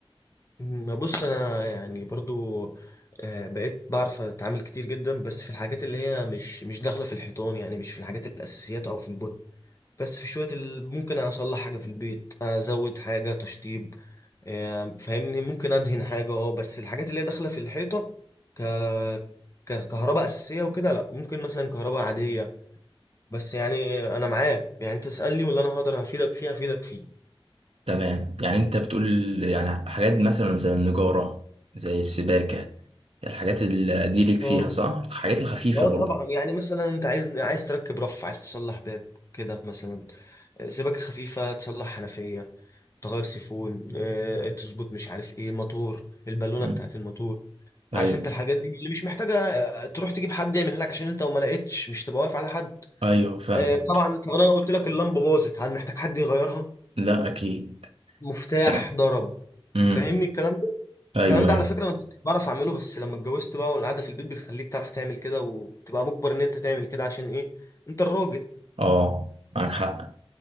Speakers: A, on the left (about 35°); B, on the right (about 85°).
A: ما بص انا يعني برضو آه، بقيت بعرف اتعامل كتير جدا بس في الحاجات اللي هي مش مش داخله في الحيطان يعني مش في الحاجات الاساسيات او في البن بس في شويه ال- ممكن اصلح حاجه في البيت ازود حاجه تشطيب آه، فاهمني ممكن ادهن حاجه اه بس الحاجات اللي هي داخله في الحيطه ك كهرباء اساسيه وكده لا ممكن مثلا كهرباء عاديه بس يعني انا معاك يعني تسالني ولا انا هقدر هفيدك فيه هفيدك فيه
B: تمام يعني انت بتقول يعني حاجات مثلا زي النجارة زي السباكة الحاجات اللي دي ليك فيها
A: اه
B: صح؟ الحاجات الخفيفة
A: اه
B: برضه
A: طبعا يعني مثلا انت عايز عايز تركب رف عايز تصلح باب كده مثلا آه، سباكه خفيفه تصلح حنفيه تغير سيفون آه، تظبط مش عارف ايه الموتور البالونه
B: مم.
A: بتاعت الموتور
B: ايوه
A: عارف انت الحاجات دي اللي مش محتاجه آه، تروح تجيب حد يعملها لك عشان انت وما لقيتش مش تبقى واقف على حد
B: ايوه فاهمك
A: آه، طبعا طب انا لو قلت لك اللمبه باظت هل محتاج حد يغيرها
B: لا اكيد
A: مفتاح
B: فاهم
A: ضرب
B: امم
A: فاهمني الكلام ده
B: ايوه
A: الكلام ده
B: ايوه
A: على فكرة انا كنت بعرف اعمله بس لما اتجوزت بقى والقعدة في البيت بتخليك تعرف تعمل كده وتبقى مجبر ان انت تعمل كده عشان ايه انت الراجل
B: اه معاك حق